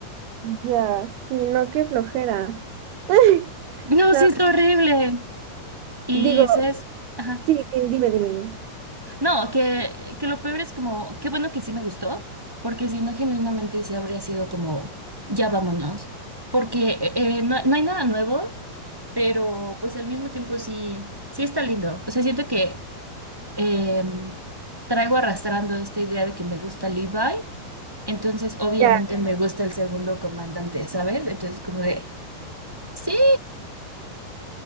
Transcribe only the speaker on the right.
Ya, sí, no, qué flojera. <laughs>
La-
digo,
sí, di- dime, dime, dime.
Ya.